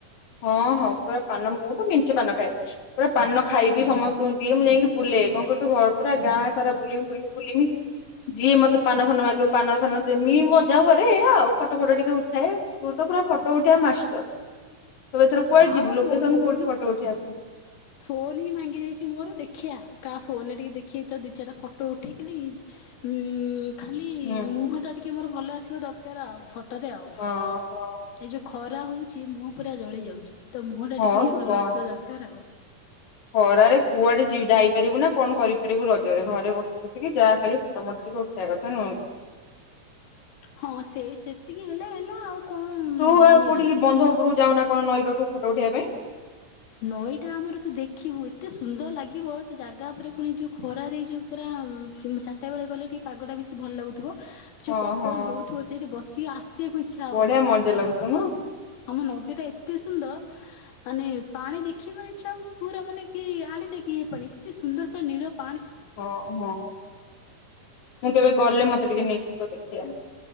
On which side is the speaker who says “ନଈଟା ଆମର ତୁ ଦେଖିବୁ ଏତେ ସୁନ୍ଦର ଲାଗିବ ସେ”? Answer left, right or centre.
Left